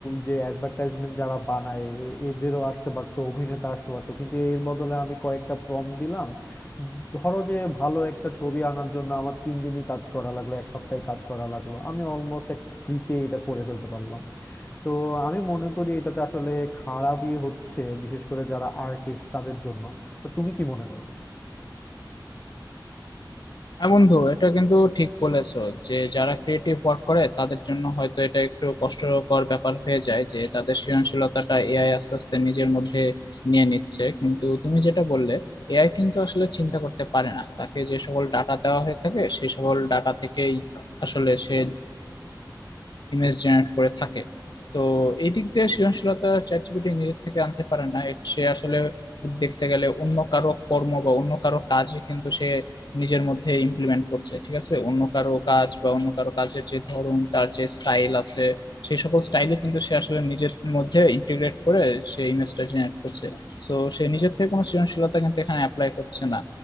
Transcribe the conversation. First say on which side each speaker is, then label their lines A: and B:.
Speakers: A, on the left; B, on the left.
A: যে অ্যাডভার্টাইজমেন্ট যারা বানায় এ- এদেরও আসতে পারতো অভিনেতা আসতে পারতো কিন্তু এর বদলে আমি কয়েকটা প্রম দিলাম ধরো যে ভালো একটা ছবি আনার জন্য আমার তিন দিনই কাজ করা লাগলো এক সপ্তাহে কাজ করা লাগলো আমি অলমোস্ট একটা ফ্রিতে এটা করে ফেলতে পারলাম তো আমি মনে করি এটাতে আসলে খারাপই হচ্ছে বিশেষ করে যারা আর্টিস্ট তাদের জন্য তো তুমি কি মনে করো
B: হ্যাঁ বন্ধু এটা কিন্তু ঠিক বলেছো যে যারা ক্রিয়েটিভ ওয়ার্ক করে তাদের জন্য হয়তো এটা একটু কষ্টকর ব্যাপার হয়ে যায় যে তাদের সৃজনশীলতাটা এআই আস্তে আস্তে নিজের মধ্যে নিয়ে নিচ্ছে কিন্তু তুমি যেটা বললে এআই কিন্তু আসলে চিন্তা করতে পারে না তাকে যে সকল ডাটা দেওয়া হয়ে থাকে সেই সকল ডাটা থেকেই আসলে সে ইমেজ জেনারেট করে থাকে তো এই দিক দিয়ে সৃজনশীলতা চ্যাট জিপিটি নিজের থেকে আনতে পারে না এট- সে আসলে দেখতে গেলে অন্য কারো কর্ম বা অন্য কারো কাজই কিন্তু সে নিজের মধ্যে ইমপ্লিমেন্ট করছে ঠিক আছে অন্য কারো কাজ বা অন্য কারো কাজের যে ধরন তার যে স্টাইল আছে সেই সকল স্টাইলে কিন্তু সে আসলে নিজের মধ্যে ইন্টিগ্রেট করে সে ইমেজটা জেনারেট করছে সো সে নিজের থেকে কোনো সৃজনশীলতা কিন্তু এখানে অ্যাপ্লাই করছে না